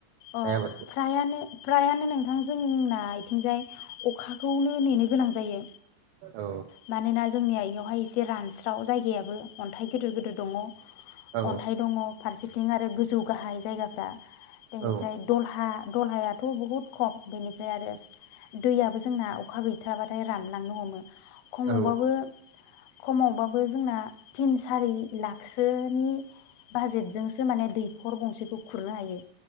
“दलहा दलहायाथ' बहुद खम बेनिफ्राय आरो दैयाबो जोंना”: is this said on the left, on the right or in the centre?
Left